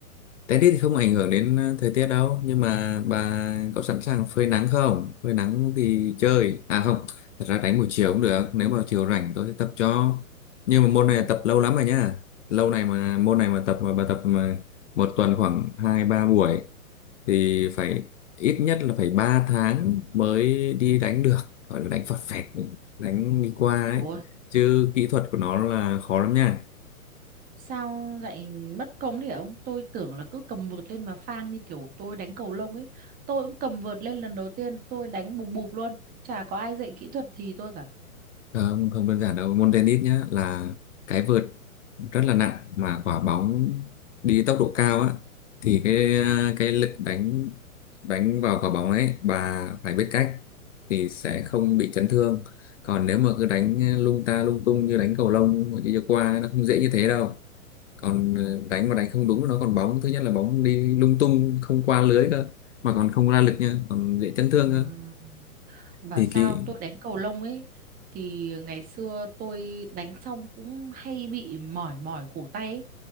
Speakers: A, on the left; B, on the right.
A: tennis thì không ảnh hưởng đến ờ, thời tiết đâu nhưng mà bà có sẵn sàng phơi nắng không phơi nắng thì chơi à không thật ra đánh buổi chiều cũng được nếu mà chiều rảnh tôi sẽ tập cho nhưng mà môn
B: Ồ,
A: này tập lâu
B: ồ.
A: lắm rồi nhá lâu này mà môn này mà tập mà bà tập mà một tuần khoảng hai ba buổi thì phải ít nhất là phải 3 tháng mới đi đánh được gọi là đánh phọt phẹt đánh đi qua ấy
B: Ủa
A: chứ kỹ thuật của nó là khó lắm nha
B: sao lại mất công đấy hả ông tôi tưởng là cứ cầm vợt lên mà phang như kiểu tôi đánh cầu lông ấy tôi cũng cầm vợt lên lần đầu tiên tôi đánh bùm bụp luôn chả có ai dạy kỹ thuật gì tôi cả
A: Ờ, không, không đơn giản đâu môn tennis nhá là cái vợt rất là nặng mà quả bóng đi tốc độ cao á thì cái cái lực đánh đánh vào quả bóng ấy bà phải biết cách thì sẽ không bị chấn thương còn nếu mà cứ đánh lung ta lung tung như đánh cầu lông mà đi cho qua nó không dễ như thế đâu còn ờ, đánh mà đánh không đúng nó còn bóng thứ nhất là bóng đi lung tung không qua lưới cơ mà còn không ra lực nha còn dễ chấn thương
B: Ừm,
A: cơ
B: Bảo
A: thì
B: sao
A: kỹ
B: tôi đánh cầu lông ấy thì ngày xưa tôi đánh xong cũng hay bị mỏi mỏi cổ tay ấy.